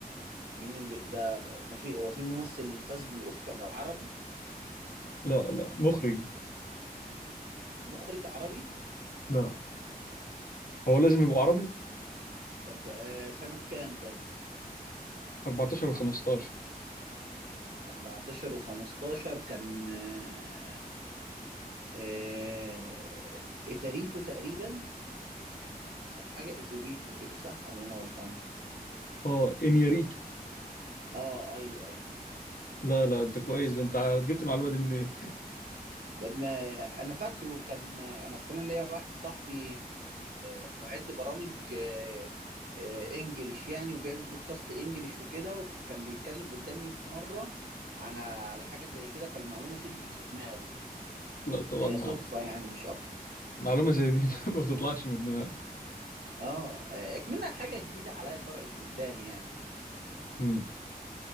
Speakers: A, on the right; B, on the left.
A: مين اللي ده ما في هو في ممثل فاز بالاوسكار عربي
B: لا لا مخرج
A: مخرج عربي
B: لا هو لازم يبقى عربي
A: طب آه سنة كام طيب
B: 14 و15
A: 14 و15 كان آه آه اتاريتو تقريبا كان حاجة اتوريتو كده صح ولا انا غلطان
B: اه انياريتو
A: اه ايوه
B: لا لا انت كويس
A: ايوه
B: ده انت جبت المعلومه دي منين
A: ما انا فاكره كان انا اصلا ليا واحد صاحبي آه، معد برامج آه، آه، انجليش يعني وبيعمل بودكاست انجليش وكده وكان بيتكلم قدامي في مره على على حاجه زي كده فالمعلومه ثبتت في دماغي
B: لا طبعا
A: هي
B: مع-
A: صدفه يعني مش اكتر
B: معلومه زي دي <laughs> ما بتطلعش من الدماغ
A: اه آه، اكملها حاجه جديده عليا طرقت قدامي يعني
B: مم.